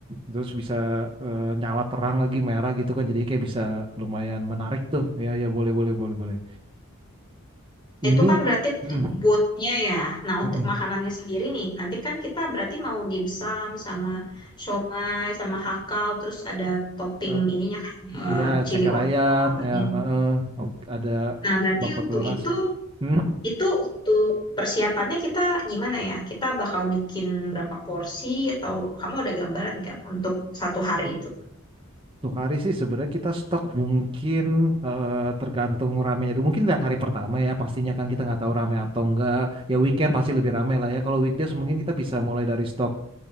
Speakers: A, on the right; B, on the left.
A: terus bisa eh, nyala terang lagi merah gitu kan jadi kayak bisa lumayan menarik tuh. Ya ya boleh boleh boleh boleh. Ini
B: Itu kan berarti untuk
A: mm,
B: bootnya ya. Nah,
A: mm-mm.
B: untuk makanannya sendiri nih, nanti kan kita berarti mau dimsum sama siomay sama hakau, terus ada topping
A: Eh,
B: ininya kayak eh,
A: ya
B: chili
A: ceker
B: oil
A: ayam
B: malanya.
A: ya eh, eh. Ok, ada
B: Nah, berarti
A: bakpao
B: untuk
A: telur
B: itu,
A: asin. Hmm.
B: itu untuk persiapannya kita gimana ya? Kita bakal bikin berapa porsi atau kamu ada gambaran nggak untuk satu hari itu?
A: Untuk hari sih sebenarnya kita stok mungkin eh, tergantung ramenya dulu. Mungkin lihat hari pertama ya pastinya kan kita nggak tahu rame atau enggak. Ya weekend pasti lebih rame lah ya. Kalau weekdays mungkin kita bisa mulai dari stok